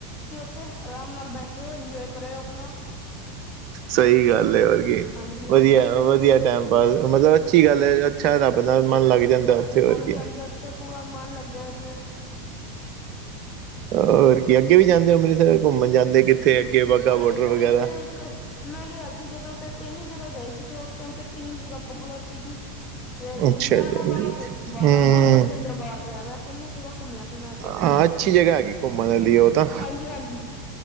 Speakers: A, on the left; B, on the right.
A: ਉਥੇ ਆਰਾਮ ਨਾਲ ਬੈਠੇਓ ਇੰਜੋਏ ਕਰਿਓ ਆਪਣਾ
B: ਸਹੀ ਗੱਲ ਐ, ਹੋਰ ਕੀ
A: ਹਾਂਜੀ ਹਾਂਜੀ
B: ਵਧੀਆ ਵਧੀਆ ਟਾਈਮ ਪਾਸ, ਮਤਲਬ ਅੱਛੀ ਗੱਲ ਹੈ ਅੱਛਾ ਰੱਬ ਦਾ ਮਨ ਲੱਗ ਜਾਂਦਾ ਉੱਥੇ ਹੋਰ
A: ਹਾਂਜੀ
B: ਕੀ
A: ਹਾਂਜੀ ਅੱਛਾ ਪੂਰਾ ਮਨ ਲੱਗ ਜਾਏ ਫਿਰ
B: ਹੋਰ ਕੀ, ਅੱਗੇ ਵੀ ਜਾਂਦੇ ਹੋ ਅੰਮ੍ਰਿਤਸਰ ਘੁੰਮਣ ਜਾਂਦੇ ਕਿੱਥੇ ਅੱਗੇ ਵਾਹਗਾ
A: ਅੰਮ੍ਰਿਤਸਰ
B: ਬੋਡਰ ਵਗੈਰਾ
A: ਵਿੱਚ ਇੱਕ ਮੈਂ ਗਿਆ ਸੀ ਜਦੋਂ ਤੇ ਤਿੰਨ ਜਗ੍ਹਾਹ ਗਏ ਸੀ, ਤੇ ਉਸ ਟਾਈਮ ਤੇ ਤਿੰਨ ਜਗ੍ਹਾਹ ਪਪੂਲਰ ਸੀਗੀ ਤੇ ਜਲਿਆਂ
B: ਅੱਛਾ
A: ਵਾਲਾ
B: ਜੀ
A: ਬਾਗ, ਵਾਘਾ
B: ਹਮ
A: ਬੋਡਰ ਤੇ ਦਰਬਾਰ ਸਾਹਿਬ, ਐ ਤਿੰਨ ਈ ਜਗ੍ਹਾਹ ਘੁੰਮਿਆ ਸੀ ਮੈਂ ਇਥੇ
B: ਹਾਂ ਅੱਛੀ ਜਗਾਹ ਹੈਗੀ ਘੁੰਮਣ ਦੇ ਲਈ ਉਹ ਤਾਂ
A: ਹਾਂਜੀ ਹਾਂਜੀ,